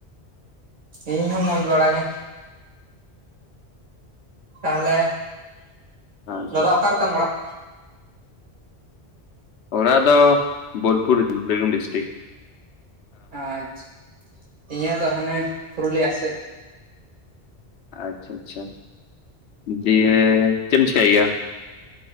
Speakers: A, on the right; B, on the left.
A: ᱤᱧ ᱦᱚᱸ ᱢᱚᱡᱽ ᱵᱟᱲᱟ ᱜᱮ᱾ ᱛᱟᱦᱚᱞᱮ
B: ᱟᱪᱪᱷᱟ
A: ᱫᱟᱫᱟ ᱚᱠᱟ ᱨᱮ ᱛᱟᱢ ᱚᱲᱟᱜ?
B: ᱚᱲᱟᱜ ᱫᱚ ᱵᱳᱞᱯᱩᱨ ᱨᱤᱛᱤᱧ, ᱵᱤᱨᱵᱷᱩᱢ ᱰᱤᱥᱴᱤᱠ ᱾
A: ᱟᱪᱪᱷᱟ, ᱤᱧᱟᱜ ᱫᱚ ᱦᱟᱱᱮ ᱯᱩᱨᱩᱞᱤᱭᱟ ᱥᱮᱫ᱾
B: ᱟᱪᱪᱷᱟ ᱟᱪᱪᱷᱟ, ᱫᱤᱭᱮ ᱪᱮᱢ ᱪᱤᱠᱟᱹᱭ ᱜᱮᱭᱟ?